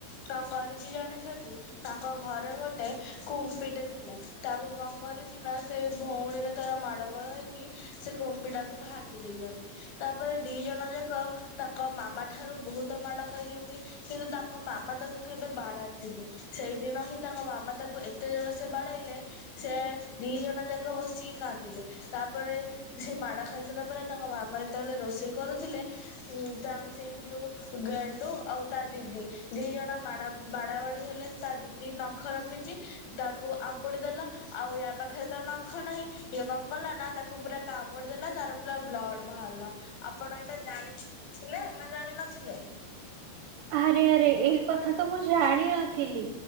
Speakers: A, on the left; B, on the right.
A: କଣ କରିଛି ଜାଣିଛନ୍ତି। ତାଙ୍କ ଘରେ ଗୋଟେ କୁମ କୁଂପି ଟେ ଥିଲା। ତାକୁ କଣ କରିଚି ନା ସେ ଭଉଣୀର ତାର ମାଡ ଗୋଳ ହେଇକି ସେ କୁମ୍ପି ଟାକୁ ଭାଙ୍ଗି ଦେଇ ଯନ୍ତି ତାପରେ ଦି ଜଣ ଯାକ ତାଙ୍କ ମାମା ଠାରୁ ବହୁତ ମାଡ ଖାଇଛନ୍ତି। କିନ୍ତୁ ତାଙ୍କ ମାମା ତାକୁ କେବେ ବାଡାନ୍ତିନି। ସେଇଦିନ ହିଁ ତାଙ୍କ ମାମା ତାକୁ ଏ ତେ ଜୋରସେ ବାଡେଇଲେ ସେ ଦି ଜଣ ଯାକ ବସିକି କାନ୍ଦିଲେ ତାପରେ ସେ ମାଡ ଖାଇ ସାରିଲା ପରେ ତାଙ୍କ ମାମା ଯେତେବେଳେ ରୋଷେଇ କରୁଥିଲେ ଉଁ ତା ସେଇ ଯୋଉ ଗେଣ୍ଡୁ ଆଉ ତା ଦିଦି ଦି ଜଣ ମାଡ ବାଡା ବାଡି ହେଲେ। ତା ଦିଦି ନଖ ରଖିଛି ତାକୁ ଆମ୍ପୁଡି ଦେଲା ଆଉ ୟା ପାଖରେ ତ ନଖ ନାହିଁ ଇଏ କଣ କଲା ନା ତାକୁ ପୁରା କାମୁଡି ଦେଲା ତାର ପୁରା ବ୍ଲଡ ବାହାରିଲା ଆପଣ ଏଇତ ଜାଣିଛି ଥିଲେ ନା ଜାଣ ନଥିଲେ?
B: ଆରେ ଆରେ ଏହି କଥା ତ ମୁଁ ଜାଣିନଥିଲି